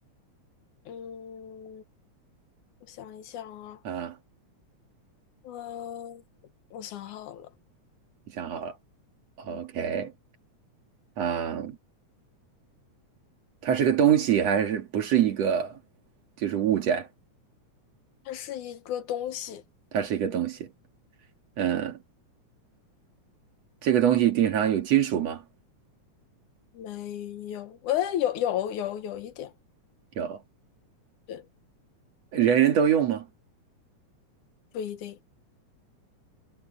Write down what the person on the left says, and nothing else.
嗯，我想一想啊，
嗯，我想好了，
嗯，
它是一个东西。
没有，呃，有有有有一点，
对，
不一定，